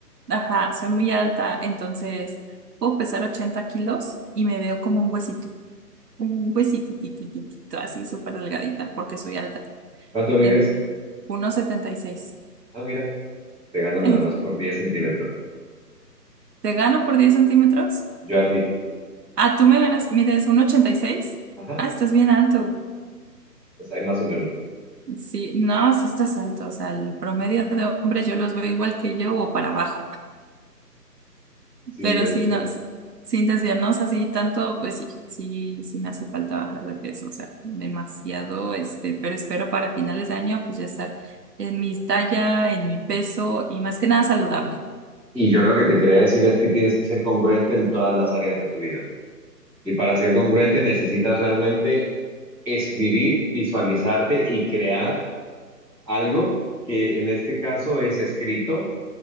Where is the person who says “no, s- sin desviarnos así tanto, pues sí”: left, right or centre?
Right